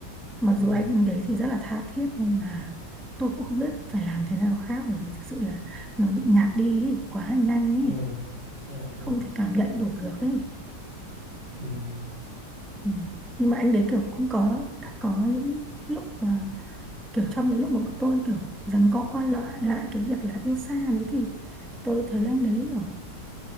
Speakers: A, in the centre; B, on the right.
A: mặc
B: ừ,
A: dù anh đấy thì rất là tha thiết nhưng mà tôi cũng không biết phải làm thế nào khác bởi vì thực sự là nó bị nhạt đi ý, quá nhanh ý
B: ừ, ừ, ừ, ừ,
A: không thể cảm nhận đủ được ấy
B: ừ,
A: ừ. nhưng mà anh đấy kiểu cũng có đã có những lúc mà kiểu trong những lúc mà bọn tôi kiểu rằng co qua lại lại cái việc là yêu xa đấy thì tôi thấy anh đấy kiểu